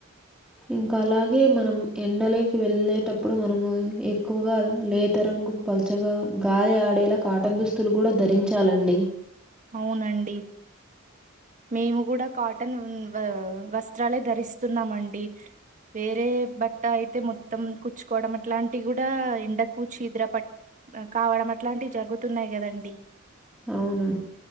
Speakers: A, in the centre; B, on the right.
A: ఇంకా అలాగే మనం ఎండలోకి వెళ్ళేటప్పు అప్పుడు మనము ఎక్కువగా లేత రంగు పల్చగా గాలి ఆడేలా కాటన్ దుస్తు దుస్తులు కూడా ధరించాలండి
B: అవునండి మేము కూడా కాటన్ వ వస్త్రాలే ధరిస్తున్నామండి వేరే బట్ట అయితే మొత్తం కుచ్చుకోవడం అట్లాంటివి కూడా ఎండకు చీదర పట్ కావడం అట్లాంటివి జరుగుతున్నాయి కదండి
A: అవున